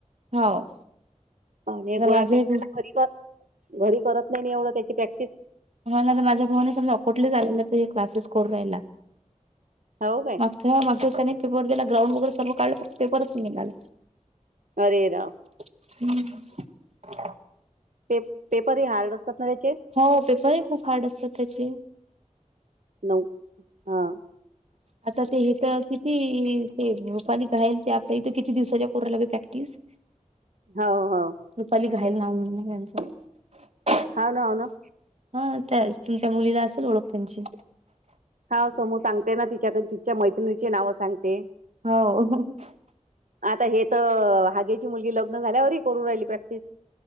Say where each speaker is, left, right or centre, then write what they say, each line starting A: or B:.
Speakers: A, on the right; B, on the right.
A: हो.
B: आणि
A: आता
B: गोळा
A: माझं
B: फेक
A: एक हो
B: घरी करत नाही एवढं त्याची प्रॅक्टिस.
A: हो ना तर माझ्या भावाने समजा कुठलेच आनंदाताई हे क्लासेस करून रायला.
B: हो काय?
A: माग मागच्या त्यानी पेपर दि ग्रांड बगुन सर्व काढलं फक् पेपरच निघाला.
B: अरे राम!
A: हम्म <unintelligible>
B: पे पेपरही हार्ड असतात ना त्याचे.
A: हो पेपरही खूप हार्ड असतात त्याचे.
B: नऊ हां.
A: आता ते हे तर किती ते मपालिक राहेल ते आपता इथं किती दिवसाच्या पोराला प्रॅक्टिस
B: हो हो.
A: रुपाली घायल नाव म्हणूनये त्यांचं.
B: हा ना हा ना
A: हा त्याच तुमच्या मुलीला असेल ओळख त्यांची.
B: हा समु सांगते ना तिच्याकडे तिच्या मैत्रिणीची नाव सांगते.
A: हो.
B: आता हे तर हाग्याची मुलगी लग्न झाल्यावरही करू राहिली प्रॅक्टिस.